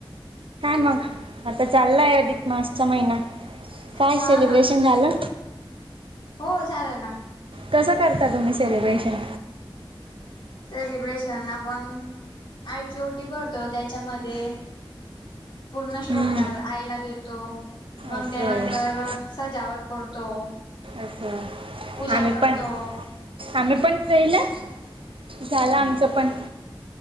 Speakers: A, on the right; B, on the left.
A: काय मग आता चाललाय अधिक मासचा महिना काय
B: हा
A: सेलिब्रेशन
B: ना
A: झालं
B: हो झालं ना
A: कसं करता तुम्ही सेलिब्रेशन
B: सेलिब्रेशन आपण आईची ओटी भरतो त्याच्यामध्ये पूर्ण शृंगार
A: हम्म,
B: आयला देतो मग
A: असं
B: त्यानंतर
A: आहे
B: सजावट करतो
A: असं आहे.
B: पूजा
A: आम्ही
B: करतो
A: पण आम्ही पण पहिलं झाला आमचं पण